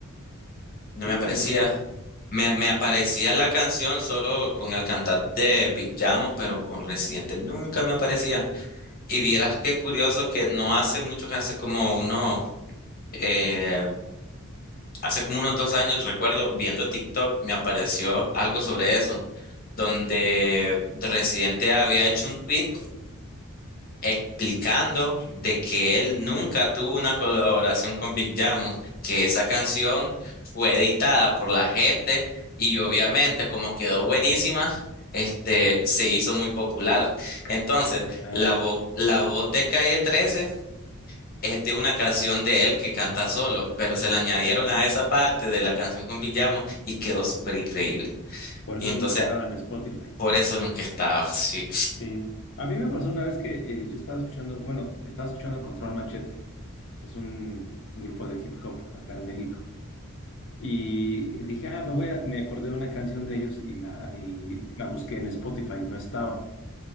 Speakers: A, on the left; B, on the left.
A: No
B: Sí,
A: me
B: es
A: aparecía.
B: que eso pasa.
A: Me, me aparecía la canción solo con el cantante de Big Chamo, pero con Residente nunca me aparecía. Y vieras qué curioso que no hace mucho que hace como uno eh, Hace como unos dos años, recuerdo, viendo TikTok, me apareció algo sobre eso, donde Residente había hecho un tweet explicando de que él nunca tuvo una colaboración con Big Jamo, que esa canción fue editada por la gente y obviamente como quedó buenísima, este, se hizo muy popular. Entonces,
B: Ah,
A: la voz, la voz de Calle 13 es de una canción de él que canta solo, pero se la añadieron a esa parte de la canción con Villamo y quedó súper increíble.
B: por eso
A: Y entonces,
B: nunca estaba en Spotify.
A: por eso nunca estaba, sí.
B: Sí. A mí me pasó una vez que eh, yo estaba escuchando, bueno, estaba escuchando Control Machete. Es un grupo de hip hop acá en México. Y dije, ah, me voy a, me acordé de una canción de ellos y la, y la busqué en Spotify, no estaba.